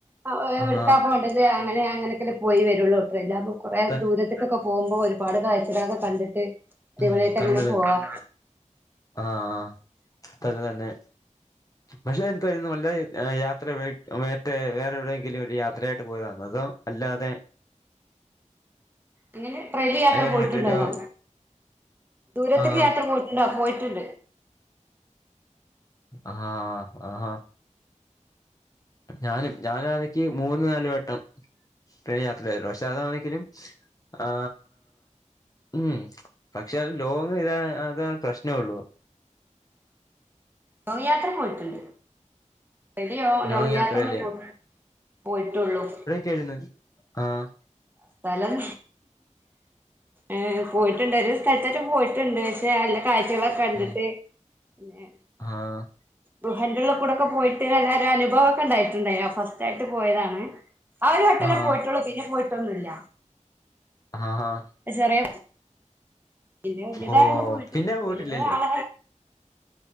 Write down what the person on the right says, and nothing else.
ആ എവട്ക്കാ
പോണ്ടെത് അങ്ങനെ അങ്ങനെയൊക്കെ പോയി വെരൊള്ളൂ ട്രെയിലാവുമ്പോ കൊറെ
ദൂരെ ഒറ്റയ്ക്കൊക്കെ പോകുമ്പോ ഒരുപാട് കാഴ്ചളൊക്കെ കണ്ടിട്ട് അടിപൊളിയായിട്ട്
അങ്ങനെപോവാം.
എങ്ങനെ ട്രെയിനില് യാത്ര
പോയിട്ടുണ്ടോന്നോ
ദൂരെത്ത്ക്ക്
യാത്ര പോയിട്ടുണ്ടോ പോയിട്ടുണ്ട്.
ലോങ്ങ്‌യാത്ര പോയിട്ടുണ്ട്. <unintelligible>
ലോങ്ങ്
യാത്രേന്നെ പോയ്‌ പോയിട്ടൊള്ളു.
സ്ഥലം ഏഹ് പോയിട്ടുണ്ടൊരു ക്കട്തെറ്റം പോയിട്ടുണ്ട് ക്ഷെ നല്ല കാഴ്ചകളൊക്കെ കണ്ടിട്ട്
പിന്നെ
ഗുഹെന്റെ ഉള്ള് കൂടെക്കെ പോയിട്ട്ല്ലാവരും അനുഭവൊക്കെ ഇണ്ടായിട്ടുണ്ടായിരുന്നു ഫസ്റ്റ് ആയിട്ട് പോയതാണ്. ആ ഒരു വെട്ടെന്നെ
പോയിട്ടൊള്ളൂ പിന്നെ പോയിട്ടൊന്നുല്ല.
ചെറിയെ പിന്നെ വല്യാതായപ്പം
പോയിട്ടൊന്നുല്ല
വല്യ ആവാ